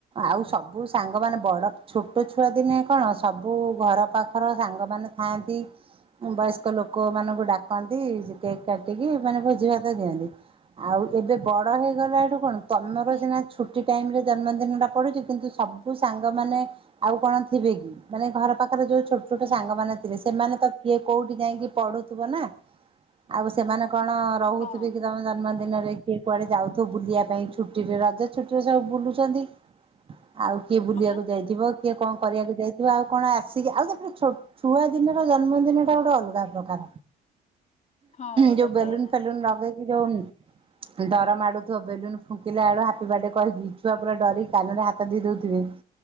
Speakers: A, on the right; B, on the left.
A: ଆଉ ସବୁ ସାଙ୍ଗମାନେ ବଡ ଛୋଟ ଛୁଆ ଦିନେ କଣ ସବୁ ଘର ପାଖର ସାଙ୍ଗମାନେ ଖାଆନ୍ତି। ବୟସ୍କ ଲୋକମାନଙ୍କୁ ଡାକନ୍ତି କେକ୍ କାଟିକି ମାନେ ଭୋଜି ଭାତ ଦିଅନ୍ତି। ଆଉ ଯେବେ ବଡ ହେଇଗଲାଠୁ କଣ ତମର
B: ହୁଁ
A: ସିନା ଛୁଟି ଟାଇମ ରେ ଜନ୍ମଦିନଟା ପଡ଼ୁଚି କିନ୍ତୁ ସବୁ ସାଙ୍ଗମାନେ ଆଉ କଣ ଥିବେ କି, ମାନେ ଘର ପାଖରେ ଯୋଉ ଛୋଟ ଛୋଟ ସାଙ୍ଗମାନେ
B: ନା ନା
A: ଥିବେ ସେମାନେ ତ କିଏ କୋଉଠି ଯାଇଁକି ପଢୁଥିବ ନା, ଆଉ ସେମାନେ କଣ ରହୁଥିବେ
B: ହଁ
A: କି ତମ ଜନ୍ମଦିନରେ କିଏ କୁଆଡେ ଯାଉଥୁବ ବୁଲିଆ ପାଇଁ ଛୁଟିରେ ରଜ ଛୁଟିରେ ସବୁ ବୁଲୁ ଚନ୍ତି, ଆଉ କିଏ ବୁଲିବାକୁ
B: ହଁ ବା
A: ଯାଇଥିବ କଏ କଁ କରିଆକୁ ଯାଇଥିବ ଆଉ କଣ ଆସିକି ଆଉ ସେପଟେ ଛୋ ଛୁଆ ଦିନର ଜନ୍ମଦିନ ଟା ଗୋଟେ ଅଲ୍ଗା ପ୍ରକାର
B: ହଁ
A: ଯୋଉ
B: ସତ
A: ବେଲୁନ
B: କଥା
A: ଫେଲୁନ ଲଗେ ଯୋଉ ଡରମାଡ଼ୁଥିବ ବେଲୁନ ଫୁଙ୍କିଲା ବେଳୁ ହାପି ବାର୍ଡେ କହିକି। ଛୁଆ ପୁରା ଡରି କାନରେ ହାତ ଦେଇ ଦୋଉଥିବେ